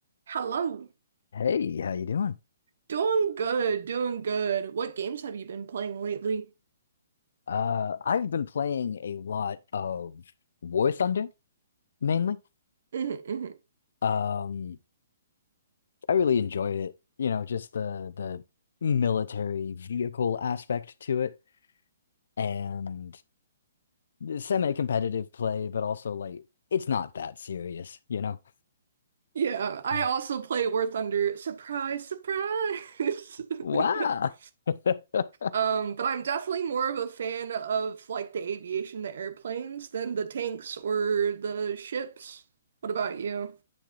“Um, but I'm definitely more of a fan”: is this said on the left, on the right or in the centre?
Right